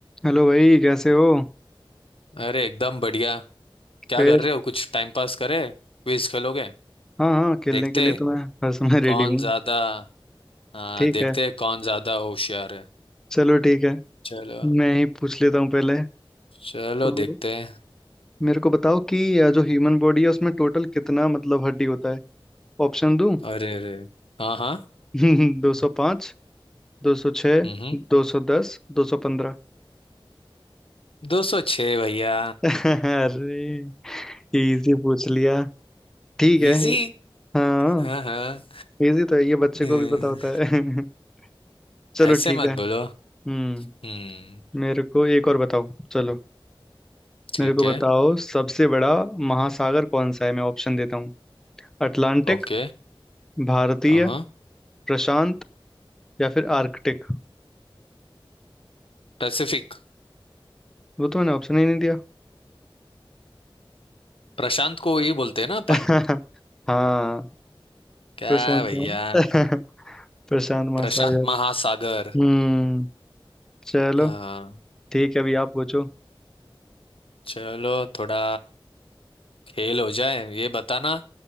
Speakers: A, in the centre; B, on the left.
A: हेलो भाई कैसे हो
B: अरे एकदम बढ़िया क्या
A: फिर
B: कर रहे हो कुछ टाइम पास करे क्विज खेलोगे
A: हाँ हाँ खेलने
B: देखते
A: के लिए
B: हैं
A: तो मैं हर समय रेडी
B: कौन
A: हूँ
B: ज्यादा हाँ
A: ठीक
B: देखते
A: है
B: हैं कौन ज्यादा होशियार है
A: चलो ठीक है
B: चलो
A: मैं ही पूछ लेता हूँ पहले तो
B: चलो देखते हैं
A: मेरे को बताओ कि अ, जो ह्यूमन बॉडी है उसमें टोटल कितना मतलब हड्डी होता है ऑप्शन दूँ
B: अरे अरे हाँ हाँ
A: <laughs> दो सौ पाँच दो सौ छः
B: हम्म हम्म।
A: दो सौ दस दो सौ पंद्रह
B: दो सौ छः भैया
A: <laughs> अरे इजी पूछ लिया ठीक है
B: इजी
A: हाँ
B: हाँ हाँ
A: इजी तो है ये बच्चे
B: हम्म,
A: को भी पता होता है <laughs> चलो
B: ऐसे
A: ठीक
B: मत
A: है
B: बोलो
A: हम्म
B: हम्म
A: मेरे को एक और बताओ चलो
B: ठीक
A: मेरे को बताओ
B: है
A: सबसे बड़ा महासागर कौन सा है मैं ऑप्शन देता हूँ अटलांटिक
B: ओके
A: भारतीय
B: हाँ
A: प्रशांत या फिर आर्कटिक
B: पैसिफिक
A: वो तो मैंने ऑप्शन ही नहीं दिया
B: प्रशांत को ये बोलते हैं ना अपन
A: <laughs> हाँ
B: क्या
A: प्रशांत
B: भैया
A: महा- <laughs> प्रशांत महासागर
B: प्रशांत महासागर
A: हम्म चलो
B: हाँ
A: ठीक है अभी आप पूछो
B: चलो थोड़ा खेल हो जाए ये बताना अ,